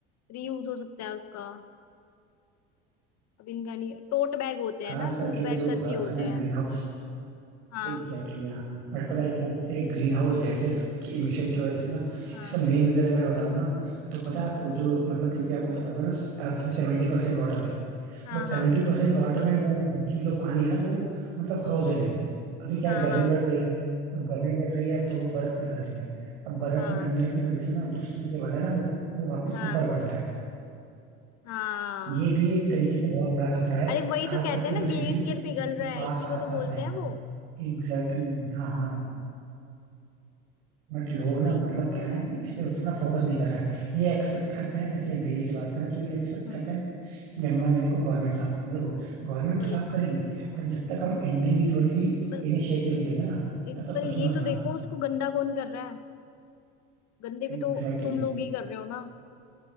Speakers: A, on the left; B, on the right.
A: रीयूज हो सकता है उसका अब इनका नहीं टोट बैग होते
B: खास
A: हैं ना
B: करके
A: टूट
B: अगर
A: बैग
B: जो
A: करके
B: बात
A: होते
B: करना
A: हैं
B: ग्रीन हाउस
A: हाँ
B: एग्जैक्टली exactly, हाँ बट पता है क्या है जैसे ग्रीन हाउस गैसेस की इमिशन की वजह से ना
A: हाँ
B: इसका मेन रीजन अगर मैं बताऊँ ना तो पता
A: हम्म
B: है आपको जो मतलब क्योंकि आपको पता होगा ना अर्थ पे सेवेंटी परसेंट वाटर है
A: हाँ
B: बट सेवेंटी
A: हाँ
B: परसेंट वाटर में मोस्टली जो पानी है ना वो मतलब फ्रोजन है अभी क्या
A: हाँ
B: है गर्मी
A: हाँ
B: बढ़ रही है अब गर्मी बढ़ रही है तो वो बर्फ पिघल रही है अब बर्फ
A: हाँ
B: पिघलने की वजह से ना जो सी लेवल है ना वो वो वापस
A: हाँ
B: ऊपर बढ़ रहा है
A: हाँ
B: ये भी एक तरीके का बहुत बड़ा खतरा है
A: अरे वही
B: खास
A: तो कहते
B: करके
A: हैं
B: जो
A: ना ग्लेशियर
B: सिटी
A: पिघल
B: इसके
A: रहा है
B: पास
A: इसी को
B: आस
A: तो
B: पास
A: बोलते
B: में है
A: हैं वो
B: एग्जैक्टली exactly, हाँ हाँ
A: हम्म
B: बट लोग
A: तो ये वही
B: ना मतलब
A: सब हो
B: क्या है
A: रहा
B: ना कि
A: है
B: इस पे उतना फोकस नहीं कर रहे हैं ये एक्सपेक्ट करते हैं जैसे दिल्ली की बात करें तो ये एक्सपेक्ट
A: हम्म
B: करते हैं कि यमुना नदी को गवर्नमेंट साफ कर दे देखो गवर्नमेंट
A: वही
B: तो साफ करेगी बट जब तक हम इंडिविजुअली
A: पर
B: इनिशिएटिव नहीं लेंगे ना
A: एक
B: तब तक
A: पर
B: कुछ
A: ये
B: नहीं होने
A: तो
B: वाला
A: देखो उसको गंदा कौन कर रहा है गंदे भी
B: एग्जैक्टली
A: तो तुम लोग ही कर रहे हो ना